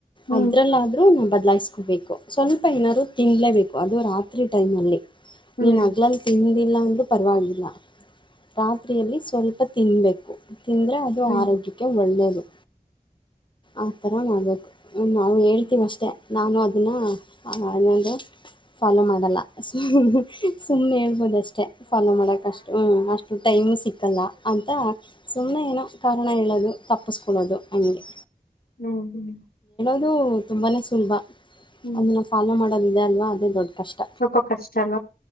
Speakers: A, on the left; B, on the left.
A: ಹ್ಮ್,
B: ಅದ್ರಲ್ಲಾದ್ರೂ ನಾವು ಬದ್ಲಾಯಿಸ್ಕೋಬೇಕು ಸ್ವಲ್ಪ ಏನಾದ್ರು ತಿನ್ಲೇಬೇಕು ಅದು ರಾತ್ರಿ ಟೈಮ್ ಅಲ್ಲಿ
A: ಹ್ಮ್,
B: ನೀನ್ ಹಗ್ಲಲ್ ತಿಿಂದಿ ಿಲ್ಲ ಅಂದೂ ಪರವಾಗಿಲ್ಲ ರಾತ್ರಿಯಲ್ಲಿ ಸ್ವಲ್ಪ ತಿನ್ನಬೇಕು ತಿಂದರೆ ಅದು
A: ಹ್ಮ್,
B: ಆರೋಗ್ಯಕ್ಕೆ ಒಳ್ಳೆಯದು ಆ ಥರ ಮಾಡಬೇಕು ನಾವು ಹೇಳ್ತೀವಿ
A: ಹ್ಮ್.
B: ಅಷ್ಟೇ ನಾನು ಅದನ್ನ ಅದೊಂದು ಫಾಲೋ ಮಾಡ ಸ ಸುಮ್ಮನೆ ಹೇಳ್ಬೋದ ಅಷ್ಟೇ ಫಾಲೋ ಮಾಡಕ್ ಅಷ್ಟು ಹ ಅಷ್ಟು ಟೈಮ್ ಸಿಕ್ಕಲ್ಲ ಅಂತ ಸುಮ್ಮನೆ ಏನೋ ಕಾರಣ ಹೇಳೋದು ತಪ್ಪಿಸ್ಕೊೊಳ್ಳೋದು ನನಗೆ
A: ಹ್ಮ್ ಹ್ಮ್
B: ಅದು ತುಂಬಾ ಸುಲಭ
A: ಹ್ಮ್.
B: ಅದನ್ನು ಫಾಲೋ ಮಾಡೋದಿದೆ ಅಲ್ವಾ ಅದೇ ದೊಡ್ಡ ಕಷ್ಟ
A: ಒ ಕಷ್ಟಾನ